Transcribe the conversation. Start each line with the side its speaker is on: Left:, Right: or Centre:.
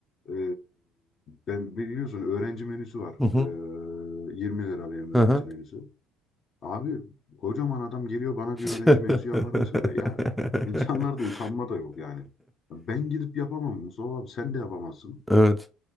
Left: e, ben biliyorsun öğrenci menüsü var.
Centre: Hı hı.
Left: E, 20 lira benim
Centre: Hı
Left: öğrenci
Centre: hı.
Left: menüsü. Abi kocaman adam geliyor bana diyor
Centre: <laughs>
Left: öğrenci menüsü yapar mısın diyor. Ya insanlarda utanma da yok yani. Ben gidip yapamam Mustafa abi sen de yapamazsın.
Centre: Evet.